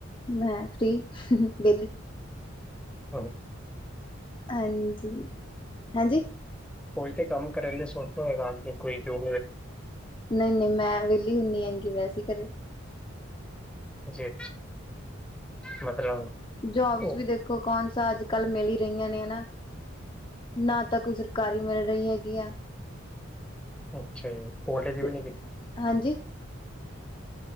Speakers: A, on the left; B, in the centre.
A: ਮੈਂ ਫ੍ਰੀ ਵਿਹਲੀ
B: ਹੋ
A: ਹਾਂਜੀ ਹਾਂਜੀ
B: ਪਹੁੰਚੇ ਕੰਮ ਕਰਨ ਲਈ ਸੁਰਤ ਹੋਏਗਾ ਅਜਗਰ ਕੋਈ ਜੋ
A: ਨਹੀਂ ਨਹੀਂ ਮੈਂ ਵੀਲੀ ਹੁੰਦੀ ਆ ਜਿਵੇਂ ਅਸੀਂ ਕਦੇ
B: ਜੀ ਮਤਲਬ
A: ਜੋਬਸ
B: ਉਹ
A: ਵੀ ਦੇਖੋ ਕੌਣ ਸਾ ਅੱਜ ਕੱਲ ਮਿਲ ਹੀ ਰਹੀਆਂ ਨੇ ਹਨਾ ਨਾ ਤਾਂ ਕੋਈ ਸਰਕਾਰੀ ਮਿਲ ਰਹੀ ਹੈਗੀ
B: ਅੱਛਾ ਕਾਲਜ
A: ਤੇ
B: ਵੀ
A: ਹਾਂਜੀ